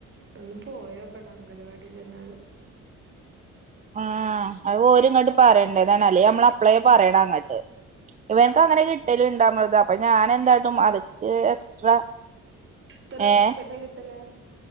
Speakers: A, on the right (about 40°); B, on the right (about 25°).
A: ഒന്ന് പോയോക്കണം അംഗലവാടില്ന്നാല്
B: ആ അത് ഓര് ങ്ങട്ട് പറേണ്ടതാണ് അല്ലേ ഞമ്മളപ്പളേ പറയണങ്ങട്ട് ഇവൻക് അങ്ങനെ കിട്ടലിണ്ടമൃത് അപ്പൊ ഞാനെന്താട്ടും അത്ക്ക് എക്സ്ട്രാ
A: എത്ര
B: ഏഹ്
A: പാക്കറ്റ കിട്ടല്